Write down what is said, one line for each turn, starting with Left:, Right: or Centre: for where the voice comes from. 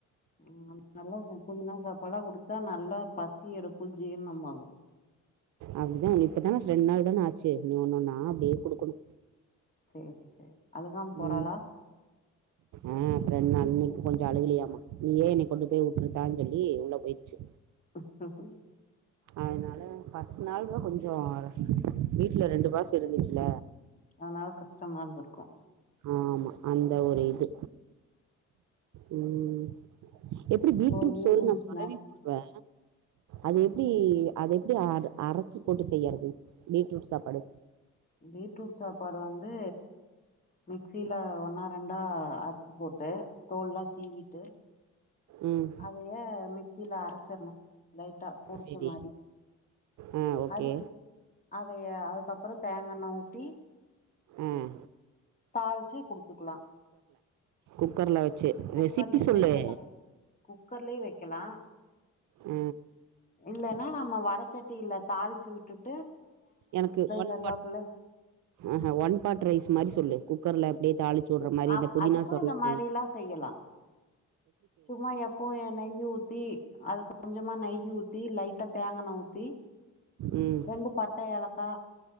Left: ஆமா நல்லா இருக்கு புதினா சாப்பாடா குடுத்தா நல்லா பசி எடுக் கு ஜீர்ணமாகு
Right: அப்டிதா இப்பதா ரெண்டு நாள் தானே ஆச்சு இனி ஒன்னொன்னாதா அப்டியே குடுக்கணு
Left: சேரி சேரி அழுகாம போறாளா
Right: உம் ஆஹ் ரெண்ட்நாள் இன்னைக்கி கொஞ்சொ அழுகலியாமா நீயே என்னை கொண்டு போய் உட்டுருத்தான் சொல்லி உள்ள பொயிருச்சி
Left: <unintelligible>
Right: அதனால ஃபர்ஸ்ட் நாள்தா கொஞ்சொ வீட்ல ரெண்டு மாசொ இருந்துச்சில
Left: அதனால கஷ்டமா இருந்திருக்கு
Right: ஆமா அந்த ஒரு இது உம் எப்டி
Left: இப்போ
Right: பீட்ரூட்
Left: ஈவினிங்
Right: சோறு நான்
Left: ஸ்நாக்ஸ்
Right: சொரவி போடுவே அது
Left: ம்
Right: எப்டி அத எப்டி அர் அரச்சி போட்டு செய்யறது பீட்ரூட் சாப்பாடு
Left: பீட்ரூட் சாப்பாடு வந் து மிக்சியில ஒன்னா ரெண்டா அறுத்து போட்டு தோல் லா சீவிட்டு
Right: ம்
Left: அதைய மிக்சில அர ச்சிற்ணு லைட்டா பொடிச்ச
Right: சரி
Left: மாரி
Right: ஆ ஓகே
Left: அடிச்சு அதைய அதுக்கப்றொ தேங்கெண்ண ஊத்தி
Right: உம்
Left: தாள்ச்சு குடுத்துக்லா
Right: குக்கர்ல வச்சு
Left: குக்கர்லயு
Right: ரெசிபி சொல்லு
Left: வெக்கலா குக்கர்லயு வெக்கலா
Right: ஆ
Left: இல்லைன்னா நம்ம வடச்சட்டியில தாள்ச் சு விட்டுட்டு
Right: எனக்கு ஒன்
Left: கருகாப்புள்ள
Right: பாட் ஆஹா ஒன் பாட் ரைஸ் மாரி சொல்லு குக்கர்ல அப்டியே தாளிச் சொல்ற மாரி
Left: அப்
Right: இந்த புதினா
Left: அதுக்கு
Right: சோர்லா
Left: இந்த மாரில்லா
Right: செய்
Left: செய்யலா சும்மா எப்போ எநெயி ஊத்தி அது கொஞ்சமா நெய் ஊத்தி லைட்டா தேங்காண்ண ஊத்தி
Right: ம்
Left: ரெண்டு பட்ட ஏலக்கா